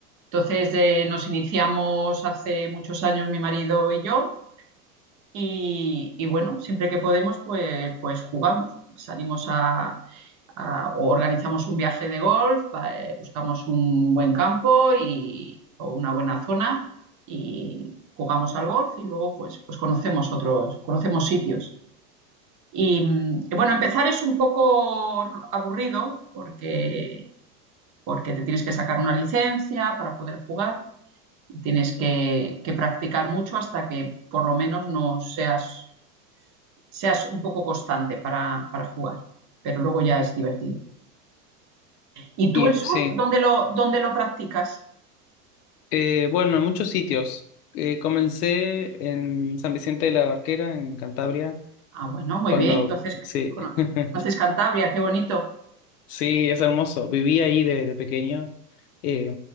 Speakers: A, on the right (about 40°); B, on the left (about 70°).
A: Entonces eh, nos iniciamos hace muchos años mi marido y yo y, y bueno, siempre que podemos, pues, pues jugamos, salimos a, a- o organizamos un viaje de golf, va, eh, buscamos un buen campo y, o una buena zona y jugamos al golf y luego pues, pues conocemos otros, conocemos sitios. Y mm, y bueno, empezar es un poco aburrido porque, porque te tienes que sacar una licencia para poder jugar y tienes que, que practicar mucho hasta que por lo menos no seas seas un poco constante para, para jugar, pero luego ya es divertido. ¿Y tú
B: Y
A: el surf,
B: sí.
A: dónde lo, dónde lo practicas?
B: Eh, bueno, en muchos sitios. Eh, comencé en San Vicente de la Barquera, en Cantabria,
A: Ah, bueno, muy
B: cuando,
A: bien. Entonces,
B: sí,
A: cono-
B: <laughs>
A: conoces Cantabria, qué bonito.
B: Sí, es hermoso. Viví ahí de de pequeño eh,